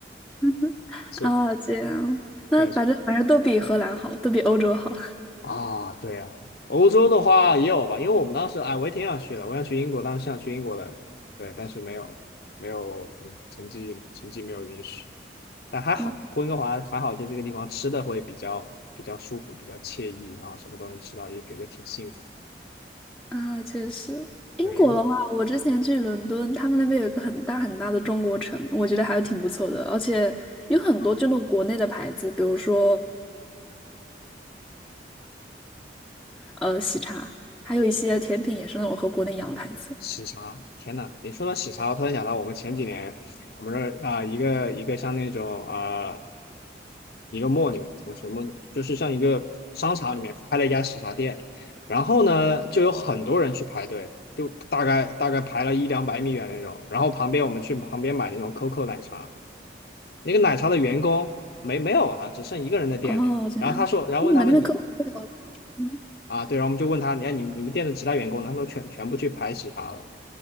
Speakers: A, in the centre; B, on the left (about 60°).
A: 嗯嗯啊，
B: 所以
A: 这样。那反正反正都比荷兰好，
B: 对，所以
A: 都比欧洲好。<laughs>
B: 啊，对呀、欧洲的话也有吧，因为我们当时哎，我也挺想去的，我想去英国，当时想去英国的，对，但是没有，没有，嗯成绩成绩没有允许，但还好，
A: 啊
B: 温哥华还好，就这个地方吃的会比较比较舒服，比较惬意，然后什么都能吃到，也觉得挺幸福，
A: 啊，确实，英国的话，
B: 对，因为
A: 我之前去伦敦，他们那边有一个很大很大的中国城，我觉得还是挺不错的，而且有很多就那种国内的牌子，
B: 啊，
A: 比如说呃喜茶，还有一些甜品也是那种和国内一样的牌子。
B: 喜茶，天呐，你说到喜茶，我突然想到我们前几年，我们这儿啊、一个一个像那种啊。一个 mall 里面，怎么什么，就是像一个商场里面开了一家喜茶店，然后呢，就有很多人去排队，就大概大概排了一两百米远那种。然后旁边我们去旁边买那种 COCO 奶茶，那个奶茶的员工没没有了，只剩一个人在店里。
A: 哦，这样，
B: 然后他说，然后问他们你
A: 诶你们那边可口会有？嗯，
B: 啊，对，然后我们就问他，你看你你们店的其他员工呢？他们全全部去排喜茶了，